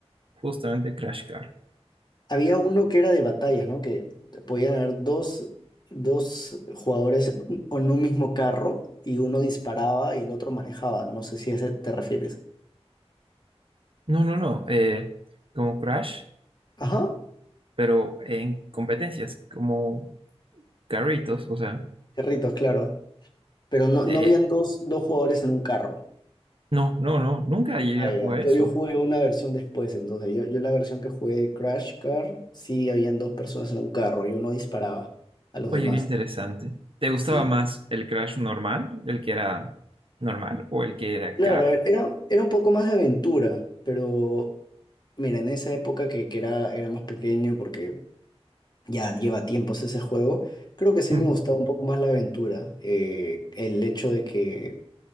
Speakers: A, on the right; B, on the left.
A: justamente Crash Car.
B: Había uno que era de batallas, ¿no? Que podían haber dos, dos jugadores en un en un mismo carro y uno disparaba y el otro manejaba. No sé si a ese te refieres.
A: No, no, no, eh, como Crash,
B: Ajá,
A: pero en competencias, como carritos, o sea,
B: carritos, claro. Pero no, no
A: eh,
B: habían dos, dos jugadores en un carro.
A: no, no, no, nunca llegué
B: Ay,
A: a jugar
B: ay.
A: eso.
B: Yo, yo jugué una versión después, entonces yo, yo la versión que jugué de Crash Car, sí habían dos personas en un carro y uno disparaba a los
A: Oye,
B: demás.
A: qué interesante. ¿Te gustaba
B: Sí,
A: más el Crash normal, el que era normal, o el que era
B: Claro,
A: car?
B: era, era un poco más de aventura, pero mira, en esa época que, que era, era más pequeño, porque ya lleva tiempos ese juego, creo que sí
A: <laughs>
B: me gustaba un poco más la aventura. eh, el hecho de que